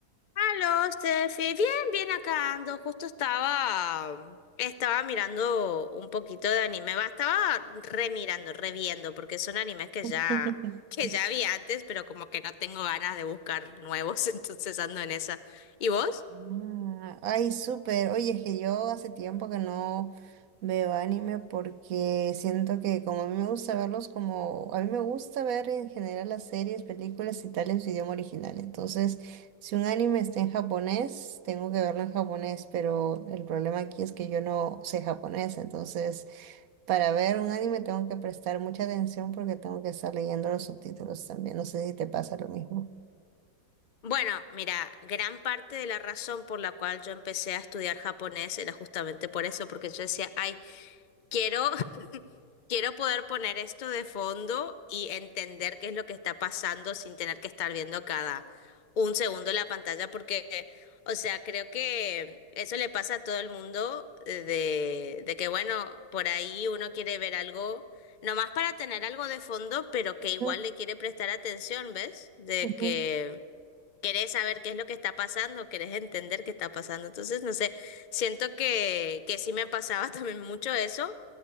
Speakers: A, on the left; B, on the right.
A: Aló, Steffi. Bien, bien acá ando. Justo estaba, estaba mirando un poquito de anime. Va, estaba remirando, reviendo, porque son animes que
B: <laughs>
A: ya, que ya vi antes, pero como que no tengo ganas de buscar nuevos, <laughs> entonces ando en esa. ¿Y vos?
B: Ah, Ay, súper. Oye, es que yo hace tiempo que no veo anime porque siento que como a mí me gusta verlos como... A mí me gusta ver en general las series, películas y tal en su idioma original. Entonces, si un anime está en japonés, tengo que verlo en japonés, pero el problema aquí es que yo no sé japonés, entonces... Para ver un anime tengo que prestar mucha atención porque tengo que estar leyendo los subtítulos también. No sé si te pasa lo mismo.
A: Bueno, mira, gran parte de la razón por la cual yo empecé a estudiar japonés era justamente por eso, porque yo decía, ay, Quiero, <laughs> quiero poder poner esto de fondo y entender qué es lo que está pasando sin tener que estar viendo cada un segundo la pantalla, porque, o sea, creo que eso le pasa a todo el mundo eh, de, de que, bueno, por ahí uno quiere ver algo, nomás para tener algo de fondo, pero que igual
B: Ujú,
A: le quiere prestar atención, ¿ves? De
B: ujú,
A: que querés saber qué es lo que está pasando, querés entender qué está pasando. Entonces, no sé, siento que, que sí me pasaba <laughs> también mucho eso.